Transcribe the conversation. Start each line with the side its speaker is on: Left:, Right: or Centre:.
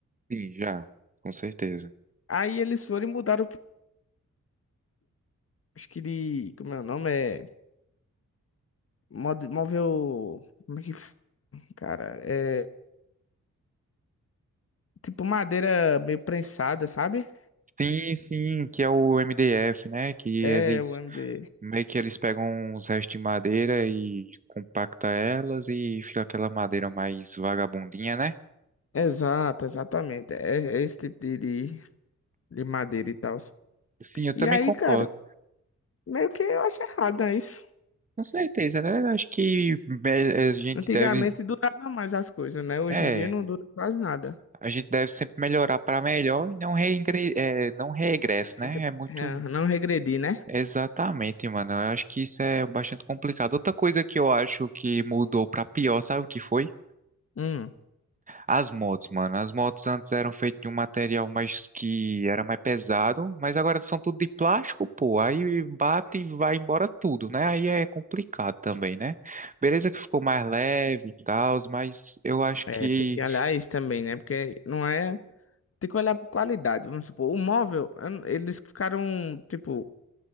Right: Sim, já, com certeza.
Left: Aí eles foram e mudaram. Acho que de. Como é o nome? É. mod- Móvel. Como é que. f- Cara, é. Tipo madeira meio prensada, sabe?
Right: Sim, sim, que é o MDF, né? Que
Left: É,
Right: eles
Left: o MD.
Right: meio que eles pegam uns restos de madeira e compacta elas e fica aquela madeira mais vagabundinha, né?
Left: Exato, exatamente. É, é esse tipo de, de, de madeira e tal.
Right: Sim, eu
Left: E
Right: também
Left: aí,
Right: concordo.
Left: cara, meio que eu acho errado, né? Isso.
Right: Com certeza, né? Acho que me- a gente
Left: Antigamente
Right: deve,
Left: durava mais as coisas, né? Hoje
Right: é,
Left: em dia não dura quase nada.
Right: a gente deve sempre melhorar para melhor e não reingre, é, não regresso, né?
Left: Regre-
Right: É muito
Left: é, não regredi, né?
Right: Exatamente, mano. Eu acho que isso é bastante complicado. Outra coisa que eu acho que mudou pra pior, sabe o que foi?
Left: Hum.
Right: As motos, mano. As motos antes eram feitas de um material mais que era mais pesado, mas agora são tudo de plástico, pô. Aí bate e vai embora tudo, né? Aí é complicado também, né? Beleza que ficou mais leve e tal, mas eu acho
Left: É,
Right: que
Left: tem que olhar isso também, né? Porque não é. Tem que olhar por qualidade. Vamos supor, o móvel, eu não- eles ficaram, tipo,